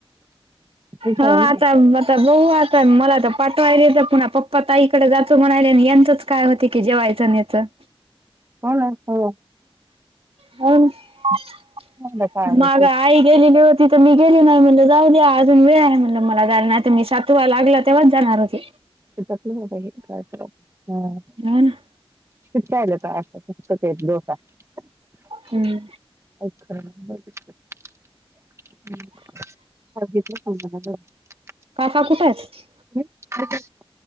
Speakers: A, on the right; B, on the right.
A: हेच
B: हो
A: आहे
B: आता
A: ना
B: ब आता बघू आता मला तर पाठवायले तर पुन्हा पप्पा ताईकडे जातो म्हणाले आणि यांचंच काय होते की जेवायचं न्हा चं
A: हो ना हो.
B: हाव ना
A: हो ना, काय
B: माग
A: ते
B: आई गेलेली होती तिथं मी गेली नाही म्हणलं जाऊ द्या आजून वेळ आहे म्हणलं मला जायला नाही तर मी सातवा लागला तेव्हाच जाणार होती.
A: शेतातला बघा हे काय <unintelligible> हा
B: हो ना.
A: शिकाय यालयतां <unintelligible> डोसा काय
B: हम्म
A: खरं नाही बाई <unintelligible> समजना बाई
B: काका कुठं आहेत?
A: ह् आहेत आहेत.